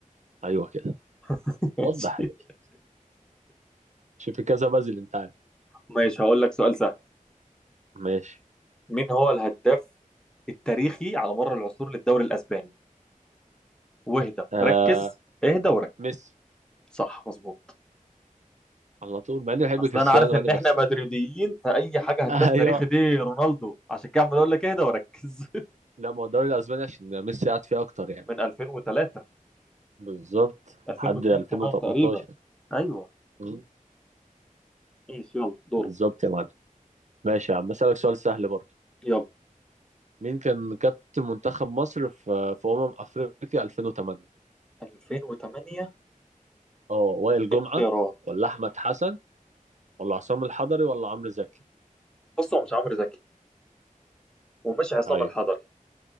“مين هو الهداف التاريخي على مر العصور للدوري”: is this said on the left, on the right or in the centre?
Centre